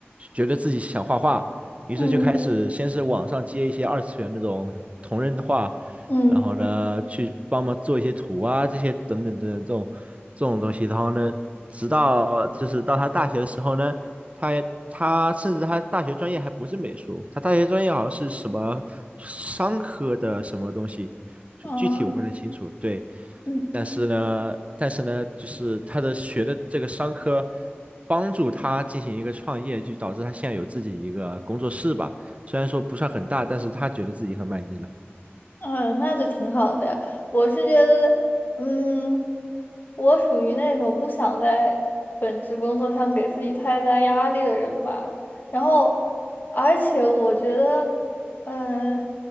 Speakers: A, on the right (about 30°); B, on the left (about 45°).
A: 觉得自己想画画，于是就开始先是网上接一些二次元那种同人画，
B: 嗯嗯，
A: 然后呢，去帮忙做一些图啊，这些等等等等这种这种东西。然后呢，直到就是到他大学的时候呢，他他甚至他大学专业还不是美术，他大学专业好像是什么商科的什么东西，具具体我不太清楚。
B: 哦
A: 对，
B: 嗯。
A: 但是呢，但是呢，就是他的学的这个商科帮助他进行一个创业，就导致他现在有自己一个工作室吧。虽然说不算很大，但是他觉得自己很满意了。
B: 嗯，那就挺好的呀。我是觉得，嗯，我属于那种不想在本职工作上给自己太大压力的人吧。然后，而且我觉得，嗯，